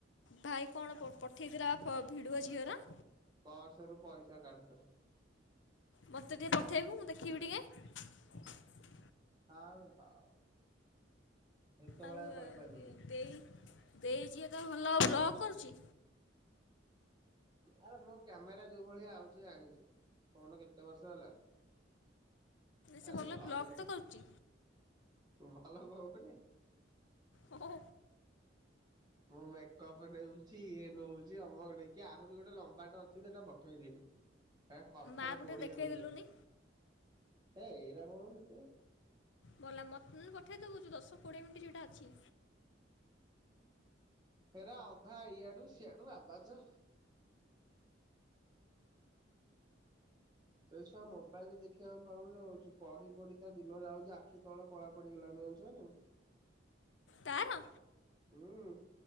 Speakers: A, on the left; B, on the right.
A: ଭାଇ କଣ ପ ପଠେଇଥିଲା। ଫୋ ଭିଡୁଅ ଝିଅର।
B: ପଶରୁ ପଇସା କାଢୁଥିଲା।
A: ମତେ ଟିକେ ପଠେଇବୁ ମୁଁ ଦେଖିବି ଟିକେ।
B: ହଉ ହଉ। ହେତେବେଳେ
A: ଆଉ
B: କହିପାରିଲୁନି
A: ଦେଇ ଦେଇ ଝିଅ ତ ଭଲ ବ୍ଲକ୍ କରୁଛି।
B: ଆରେ ମୋ କ୍ୟାମେରା ଯୋଉ ଭଳିଆ ଆଉଚି ଜାଣିଛୁ। ଫୋନ କେତେ ବର୍ଷ ହେଲାଣି। ତାର
A: ସେ ଭଲ
B: ଧରକି
A: ବ୍ଲଗ୍ ତ କରୁଛି
B: ଭଲ କରୁନେଇଁ।
A: ହଁ।
B: ମୁଁ ମେକପ୍ ନେଉଛି ଇଏ ନଉଚି ଅମଆଡେ କି ଆହୁରି ଗୋଟେ ଲମ୍ବାଟେ ଅଛି ଯେ ସେଇଟା ପଠେଇଦେଇନି। କଠର
A: ମାଆକୁ
B: କୋଡିଏ
A: ଟିକେ ଦେଖେଇ
B: ମିନିଟର
A: ଦେଲୁନି
B: ହେ ଏଇରା କଣ ଦେଖିବୁ।
A: ବଲା ମତେ ନହେନେ ପଠେଇଦବୁ ଦଶ କୋଡିଏ ମିନିଟ ଯୋଉଟା ଅଛି।
B: ହେରା ଅଧା ଇଆଡୁ ଶିଆଡୁ ଆବାଜ। ସେ ଛୁଆ ମୋବାଇଲ ଦେଖିବାକୁ ପାଉନୁ ପଢି ପଢି ତା ଦିନ ଯାଉ ଆଖି ତଳ କଳା ପଡିଗଲାଣି ଜାଣିଚନା ନାଇଁ।
A: ତାର?
B: ହୁଁ।